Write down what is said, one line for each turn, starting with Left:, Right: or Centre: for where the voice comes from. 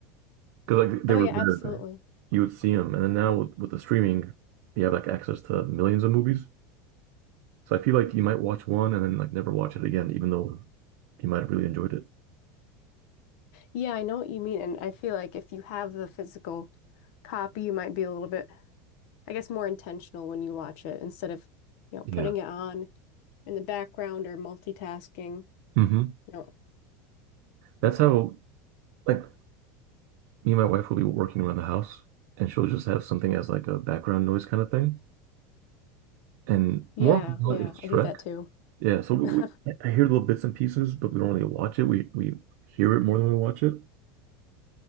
Right: because like they
Left: Oh
Right: were
Left: yeah,
Right: there.
Left: absolutely.
Right: You would see them, and then now with, with the streaming, you have like access to millions of movies. So I feel like you might watch one and then like never watch it again, even though you might have really enjoyed it.
Left: Yeah, I know what you mean, and I feel like if you have the physical copy, you might be a little bit, I guess, more intentional when you watch it instead of, you know,
Right: Yeah.
Left: putting it on in the background or multitasking.
Right: hmm
Left: You know,
Right: That's how like me and my wife will be working around the house, and she'll just have something as like a background noise kind of thing. And
Left: Yeah,
Right: Mortal Kombat
Left: yeah,
Right: is Shrek.
Left: I do that too.
Right: Yeah, so we,
Left: <laughs>
Right: we I hear little bits and pieces, but we don't really watch it. We we hear it more than we watch it.